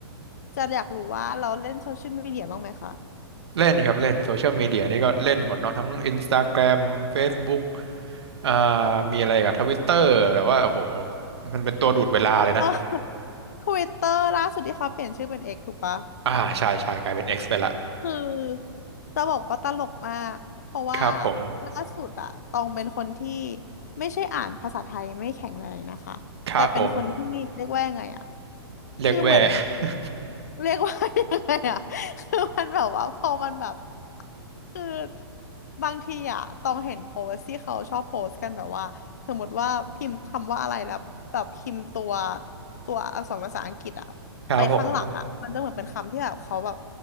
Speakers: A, on the left (about 40°); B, on the right (about 75°).
A: จะอยากรู้ว่าเราเล่นโซเชียลมีเดียบ้างไหมคะ
B: เล่นครับเล่นโซเชียลมีเดียนี่ก็เล่นหมดเนาะทั้ง Instagram Facebook อ่ามีอะไรกับทวิตเตอร์แต่ว่าโอ้โหมันเป็นตัวดูดเวลาเลยนะ
A: เออทวิตเตอร์ <laughs> ล่าสุดที่เขาเปลี่ยนชื่อเป็นเอกถูกปะ
B: อ่าใช่ใช่กลายเป็น X ไปละ
A: คือจะบอกว่าตลกมากเพราะว่า
B: ครับผม
A: ล่าสุดอะตองเป็นคนที่ไม่ใช่อ่านภาษาไทยไม่แข็งแรงนะคะแต่เป็นคนที่เรียกว่ายังไงอะ
B: ครับผมเรียกแว่
A: คือเหมือน
B: <laughs>
A: เรียกว่ายังไงอ่ะ <laughs> คือมันแบบว่าพอมันแบบคือบางทีอ่ะต้องเห็นโพสต์ที่เขาชอบโพสต์กันแบบว่าสมมติว่าพิมพ์คำว่าอะไรแล้วแบบพิมพ์ตัวตัวอักษรภาษาอังกฤษอ่ะไปข้างหลังอ่ะมันจะเหมือนเป็นคำที่แบบเขาแบบ
B: ครับผม